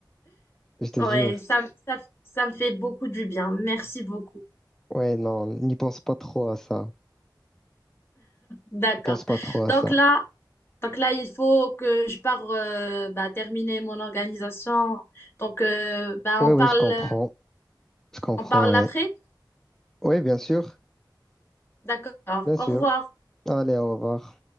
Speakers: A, in the centre; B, on the left.
A: Je te
B: Ouais,
A: jure.
B: ça, ça, ça me fait beaucoup du bien. Merci beaucoup.
A: Ouais, non, n'y pense pas trop à ça.
B: D'accord.
A: N'y pense pas trop à
B: Donc
A: ça.
B: là, Donc là, il faut que je pars euh, bah, terminer mon organisation. Donc, euh, bah,
A: Ouais,
B: on
A: ouais,
B: parle,
A: je comprends. Je comprends,
B: on parle
A: ouais.
B: après.
A: Ouais, bien sûr.
B: D'accord.
A: Bien
B: Au
A: sûr.
B: revoir.
A: Allez, au revoir.